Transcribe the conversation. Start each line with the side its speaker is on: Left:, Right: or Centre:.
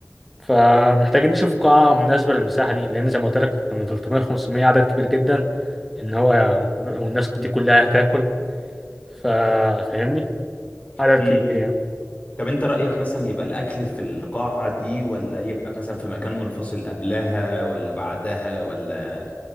Centre: فمحتاجين نشوف قاعة مناسبة للمساحة دي لأن زي ما قلت لك من 300 ل 500 عدد كبير جدا إن هو والناس دي كلها هتاكل فا- فاهمني عدد
Left: مم.
Centre: كبير يعني
Left: طب انت رأيك مثلا يبقى الأكل في القاعة دي ولا يبقى مثلا في مكان منفصل قبلها ولا بعدها ولا